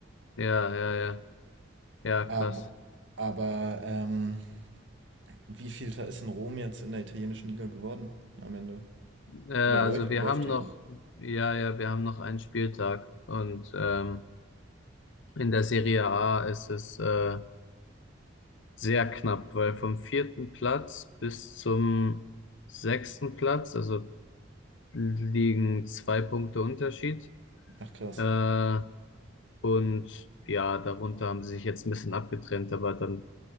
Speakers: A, on the left (about 75°); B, on the right (about 70°).
A: ja, ja. Ja,
B: Aber,
A: krass.
B: aber ähm, wie viel da ist in Rom jetzt in der italienischen Liga geworden am Ende?
A: Äh, also
B: Oder läu
A: wir
B: läuft
A: haben
B: die
A: noch,
B: noch?
A: ja, ja, wir haben noch einen Spieltag und ähm, in der Serie A ist es äh, sehr knapp, weil vom vierten Platz bis zum sechsten Platz, also liegen zwei Punkte Unterschied.
B: Ach krass.
A: Äh, und ja, darunter haben sie sich jetzt ein bisschen abgetrennt, aber dann